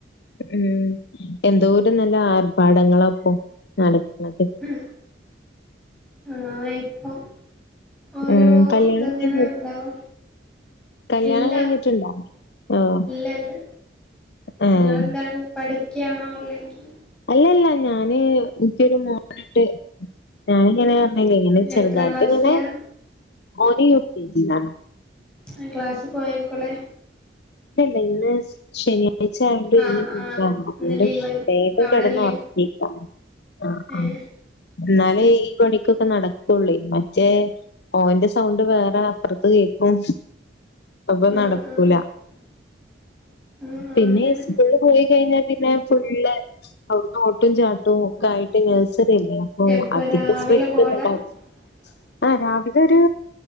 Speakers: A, on the left; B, in the centre.
A: ഉം എന്തോരം നല്ല ആർഭാടങ്ങളാപ്പൊ നടക്കണത്
B: ഉം ആഹ് ഇപ്പൊ ഓരോ
A: ഉം കല്യാണം
B: ഇതങ്ങനെ
A: കഴിഞ്ഞ്
B: ഉണ്ടാവ
A: കല്യാണം
B: ഇല്ല
A: കഴിഞ്ഞിട്ടുണ്ടോ ഓഹ്
B: ഇല്ല ല്ല
A: ഏഹ്
B: നിങ്ങളെന്താണ് പഠിക്യാണോ അല്ലെങ്കി
A: അല്ലല്ല ഞാന് എനിക്കൊരു മോനുണ്ട് ഞാനിങ്ങനെ ഇല്ല ഇല്ല ഇങ്ങനെ ചെറുതായിട്ട്
B: എത്രാം ക്ലാസ്സിലാ
A: ഇങ്ങനെ ഓന <unintelligible>
B: ആഹ് ക്ലാസ്സി പോയേക്കുളെ
A: ഇല്ല ല്ല ഇന്ന് ശനിയാ ഴ്ച്ചായണ്ട്
B: ആഹ്
A: ഇന്ന് ലീവാണ്
B: ആഹ്
A: അപ്പോ
B: ഇന്ന്
A: ഇവടെ
B: ലീവായിരിക്കും
A: വേഗം
B: അവിടെല്ലേ
A: കിടന്ന് <unintelligible> ആഹ്
B: ഏഹ്
A: ആഹ് എന്നാലേ ഈ പണിക്കൊക്കെ നടക്കുള്ളേ മറ്റേ ഓന്റെ സൗണ്ട് വേറെ അപ്പുറത്ത് കേക്കും അപ്പൊ
B: ആഹ്
A: നടക്കൂല
B: ആഹ് <inaudible>
A: പിന്നെ
B: അങ്ങനെ
A: ഇസ്കൂളില് പോയി കഴിഞ്ഞാ പിന്നെ ഫുള്ള് അവിടുന്ന് ഓട്ടും ചാട്ടവും ക്കായിട്ട് നഴ്സറിയല്ലേ അപ്പൊ
B: എപ്പ
A: അധികം
B: രാവിലെ
A: സ്ട്രിക്റ്റൊന്നുംണ്ടാവില്ല
B: പോവലാ <inaudible>
A: ആഹ് രാവിലെ ഒരു